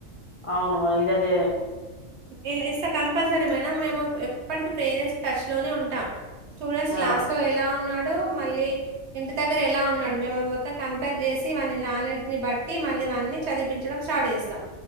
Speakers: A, on the left; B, on the right.
A: అవును మరి ఇదతే
B: ఇలా ఇస్తే కంపల్సరీ మేడం మేము ఇప్పటికి ప్రేరేస్ టచ్ లోనే ఉంటా స్టూడెంట్స్
A: ఆ
B: క్లాస్ లో ఎలా ఉన్నా డు మళ్ళీ ఇంటి దగ్గర ఎలా ఉన్నాడు మే మొత్తం కంపేర్ చేసి వా నాలెడ్జ్ ని బట్టి మళ్ళీ వాని చదిపించడం స్టార్ట్ చేస్తాం